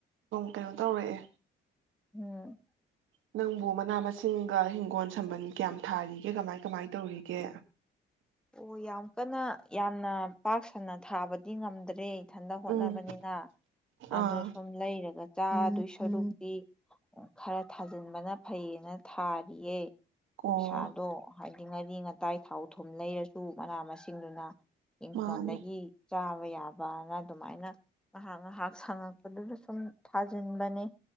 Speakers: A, on the right (about 80°); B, in the centre.
A: ꯀꯩꯅꯣ ꯇꯧꯔꯛꯑꯦ
B: ꯎꯝ
A: ꯅꯪꯕꯨ ꯃꯅꯥ ꯃꯁꯤꯡꯒ ꯍꯤꯡꯒꯣꯜ ꯁꯝꯕꯜ ꯀꯌꯥꯝ ꯊꯥꯔꯤꯒꯦ ꯀꯃꯥꯏ ꯀꯃꯥꯏ ꯇꯧꯔꯤꯒꯦ
B: ꯑꯣ ꯌꯥꯝ ꯀꯟꯅ ꯌꯥꯝꯅ ꯄꯥꯛ ꯁꯟꯅ ꯊꯥꯕꯗꯤ ꯉꯝꯗ꯭ꯔꯦ ꯏꯊꯟꯇ ꯍꯣꯠꯅꯕꯅꯤꯅ
A: ꯎꯝ
B: ꯑꯗꯨ
A: ꯑꯥ
B: ꯁꯨꯝ ꯂꯩꯔꯒ ꯆꯥ ꯗꯨꯏ ꯁꯔꯨꯛꯇꯤ ꯈꯔ ꯊꯥꯖꯤꯟꯕꯅ ꯐꯩꯌꯦꯅ ꯊꯥꯔꯤꯌꯦ
A: ꯑꯣ
B: ꯄꯩꯁꯥꯗꯣ ꯍꯥꯏꯗꯤ ꯉꯥꯔꯤ ꯉꯇꯥꯏ ꯊꯥꯎ ꯊꯨꯝ ꯂꯩꯔꯁꯨ ꯃꯅꯥ ꯃꯁꯤꯡꯗꯨꯅ ꯏꯟ ꯈꯣꯟꯗꯒꯤ
A: ꯃꯥꯅꯦ
B: ꯆꯥꯕ ꯌꯥꯕꯅ ꯑꯗꯨꯃꯥꯏꯅ ꯉꯥꯏꯍꯥꯛ ꯉꯥꯏꯍꯥꯛ ꯁꯪꯉꯛꯄꯗꯨꯗ ꯁꯨꯝ ꯊꯥꯖꯤꯟꯕꯅꯤ